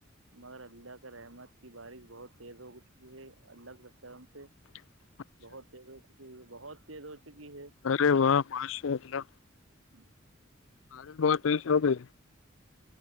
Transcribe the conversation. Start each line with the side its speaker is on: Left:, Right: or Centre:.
Right: مگر اللہ کا رحمت کی بارش بہت تیز ہو چکی ہے اللہ کے سترم سے
Left: <unintelligible>
Right: بہت تیز ہو چکی ہے بہت تیز ہو چکی ہے
Left: ارے واہ ماشاءلہ
Right: ہوں
Left: مارے بت تئی شو کہ